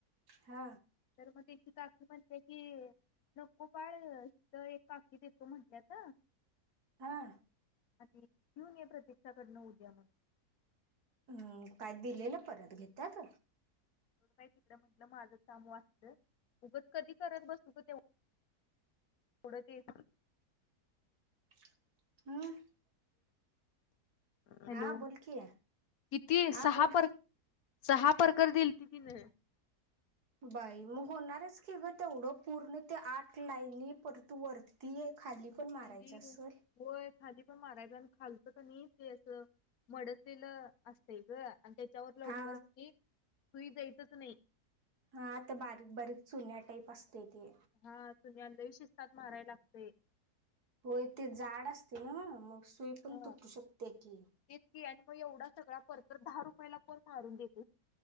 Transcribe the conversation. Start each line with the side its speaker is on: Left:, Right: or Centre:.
Right: हा
Left: मग त्यांची काकी म्हणत्या की गोपाळथ एक काकी देतो म्हटल्यात
Right: हा
Left: घेऊन ये प्रतीक्षाकडनं उद्या मन
Right: हम्म काय दिलेलं परत घेतात
Left: तिकड म्हंटलं माझं काम वाचत उगच कधी करत बसू का ते <unintelligible> पुढं
Right: <unintelligible>
Left: हॅलो
Right: हा बोल की
Left: किती सहा
Right: हा बोल
Left: पर सहा परकर दिल ती तिने
Right: बाई मग होणारच ख ग तेवढं पूर्ण ते आठ लाईन परतू वरती आहे खाली पण मारायच
Left: खाली
Right: असेल
Left: होय खाली पण मारायच आणि खालचं का नाही ते अस मडसलेलं असतय गं आणि त्याच्यावर लवकर
Right: हा
Left: कि सुई जायेतच नाही.
Right: हा आता बारीक बारीक चुन्या टाईप असते ते
Left: हा पुण्यद लय शिस्तात माराय लागते
Right: हो ते जाड असते ना मग सुई पण
Left: हा
Right: तुटू शकते की
Left: तेेच की आणि मग एवढा सगळा परकर दहा रुपयाला पण कोण मारून देत